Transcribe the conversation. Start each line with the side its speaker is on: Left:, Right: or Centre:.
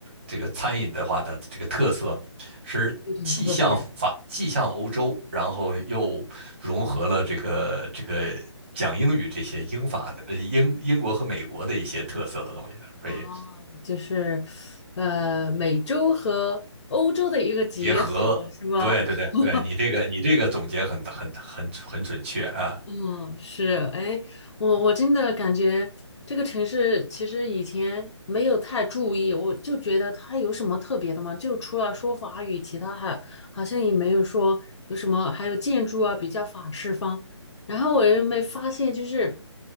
Right: 这个餐饮的话的这个特色是既像法既像欧洲，
Left: 有点特别。
Right: 然后又融合了这个这个讲英语这些英法的呃英英国和美国的一些特色的东西，所以
Left: 哦，就是，呃，美洲和欧洲的一个结合，
Right: 结合。
Left: 是吗？
Right: 对对对对，
Left: <laughs>
Right: 你这个你这个总结很很很很准确啊！
Left: 嗯，是。
Right: 对
Left: 哎，我我真的感觉这个城市其实以前没有太注意，我就觉得它有什么特别的吗？就除了说法语，其他还好像也没有说有什么，还有建筑啊，比较法式风。然后我又没发现，就是